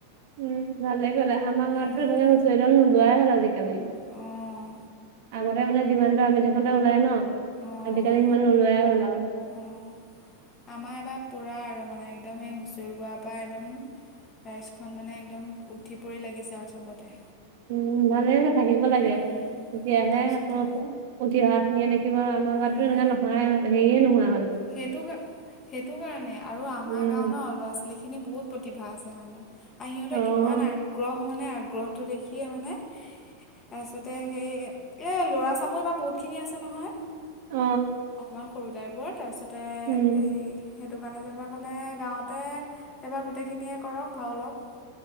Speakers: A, on the right; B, on the left.
A: উম, ভালে গ'লা। আমাৰ গাঁতো
B: বাকী
A: এনেকে হুঁচৰি ডল নোলোৱাই হল আজিকালি।
B: অঁ
A: আগতে মানে যিমানটো আমি থাকোতে ওলাই ন।
B: অঁ
A: আজিকালি সিমান নোলোৱাই হ'ল আও,
B: অঁ আমাৰ এবাৰ পুৰা আৰু মানে একদম সেই হুঁচৰি গোৱাৰ পৰা একদম, ৰাইজখন মানে একদম উঠি পৰি লাগিছে আৰু চবতে,
A: উম, ভালে যে থাকিব লাগে
B: উম,
A: তেতিয়াহে
B: তাৰপিছতে
A: আকৌ উঠি অহা খিনিয়ে দে কিবা আমাৰ গাঁৱ
B: উম,
A: তো এনেকুৱ নহয়। হেয়ে নহয়,
B: সেইটো, সেইটো কাৰণে আৰু আমাৰ
A: উম।
B: গাওঁ ন ল'ৰা ছোৱালী খিনি খিনি বহুত প্ৰতিভা আছে মানে আৰু সিহঁতে
A: অ'
B: ইমান আগ্ৰহ। অকনমান আগ্ৰহটো দেখিয়ে মানে, তাৰপিছ্তে সেই এ লৰা চামৰি বা বহুত খিনি আছে নহয়। অকমান
A: অ
B: সৰু টাইপৰ বোৰ তাৰপিছতে
A: উম
B: হেৰি সেইটো কাৰণে যেনিবা ক'লে গাঁৱতে। এবাৰ গোটেইখিনিয়ে কৰক ভাও লক।